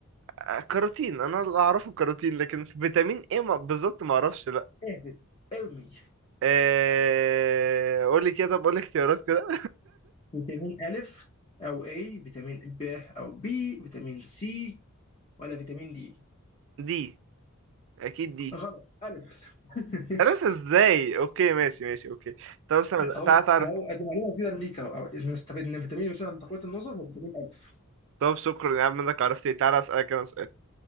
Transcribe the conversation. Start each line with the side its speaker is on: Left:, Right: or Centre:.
Right: آه، كاروتين انا اللي اعرفه كاروتين لكن فيتامين ايه ما- بالظبط ما اعرفش لا
Left: اهبط ارمي
Right: آه، قول لي كده طب قول لي اختيارات كده
Left: فيتامين ألف أو A فيتامين ب أو B فيتامين سي ولا فيتامين دي
Right: دي اكيد دي
Left: غلط ألف <laughs>
Right: عرفت ازاي اوكي ماشي ماشي اوكي طب استنى
Left: أهو
Right: تعالى تعالى
Left: أهو أدي معلومة جديدة ليك أهو أهو. نستفيد إن فيتامين يساعد على تقوية النظر هو فيتامين ألف
Right: طب شكرا يا عم انك عرفت ايه تعالى اسالك انا سؤال